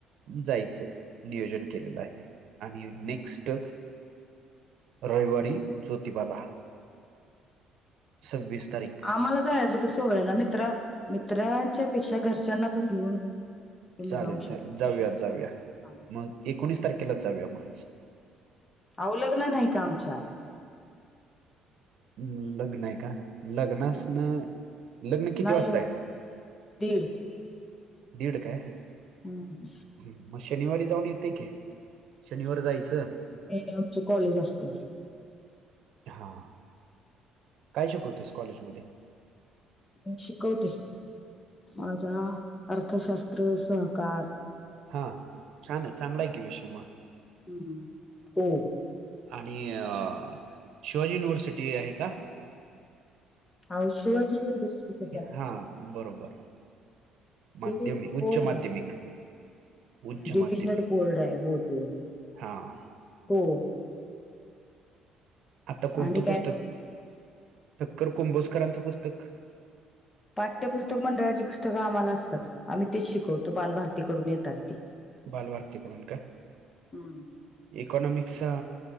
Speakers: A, on the right; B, on the left.
A: जायचं नियोजन केलेलं आहे. आणि नेक्स्ट रविवारी ज्योतिबाला. सव्वीस तारीख
B: आमाला जायाच होत सो पैला मित्र मित्रांच्या पेक्षा घरच्यांना पण घेऊन तुम्ही
A: चालेल
B: जाऊ शकता
A: चालेल, जाऊया जाऊया,
B: हा.
A: मग एकोणीस तारखेला जाऊया मग.
B: आवो लग्न नाही का आमच्यात.
A: अ लग्न हेका? लग्नासन,
B: हम्म.
A: लग्न किती
B: नाही
A: वासता
B: येऊन
A: हाय?
B: दीड.
A: दीड काय
B: हम्म.
A: मग शनिवारी जाऊन येतंय की शनिवार जायचं
B: आमच कॉलेज असत
A: हा काय शिकवतेस कॉलेज म
B: मी शिकवते माझा अर्थशास्त्र सहकार
A: हा. छानए चांगला हाय कि विषय मग.
B: हम्म. हो
A: आणि अ शिवाजी युनिव्हर्सिटी आहे का?
B: आवो शिवाजी युनिवर्ससिटी कशी असेल?
A: हां, बरोबर.
B: टिविजन
A: माध्यमिक
B: कोड
A: उच्च
B: आहे.
A: माध्यमिक, उच्च
B: डिव्हजनल
A: माध्यमिक.
B: कोल्ड आहे हो ते
A: हां,
B: हो.
A: आता कोणतं
B: आणि काय
A: पुस्तक ठक्कर कुंभोजकरांचं पुस्तक
B: पाठ्यपुस्तक मंडळाची पुस्तकं आम्हाला असतात. आम्ही तेच शिकवतो बालभारतीकडून येतात ती.
A: बालभारतीकडून का?
B: हम्म.
A: इकॉनॉमिक्सचा